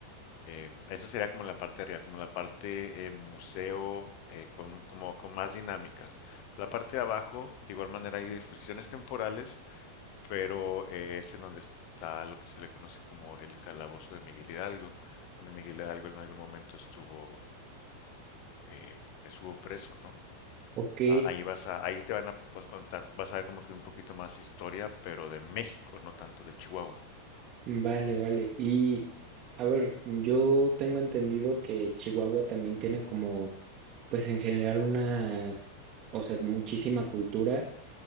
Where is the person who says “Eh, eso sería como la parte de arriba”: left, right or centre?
Left